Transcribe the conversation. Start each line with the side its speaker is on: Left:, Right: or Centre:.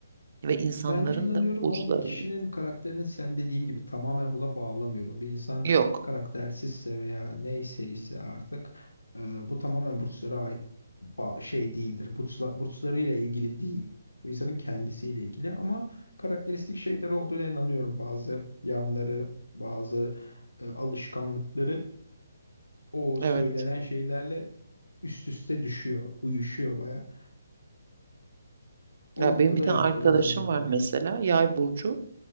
Right: ve insanların
Left: Ben de inanıyorum
Right: da burçlarını.
Left: ama bir kişinin karakterini sen dediğin gibi tamamen buna bağlamıyorum. Bir insan
Right: Yok.
Left: karaktersizse veya neyse ise artık e, bu tamamen burçlara ait ba- şey değildir. Burçla, burçlarıyla ilgili değil. Bu insanın kendisiyle ilgili ama karakteristik şeyler olduğuna inanıyorum. Bazı yanları, bazı e, alışkanlıkları o söylenen
Right: Evet.
Left: şeylerle üst üste düşüyor, uyuşuyor baya. O
Right: Ya
Left: noktada
Right: benim bir tane
Left: evet
Right: arkadaşım
Left: biraz inanıyorum.
Right: var mesela Yay burcu.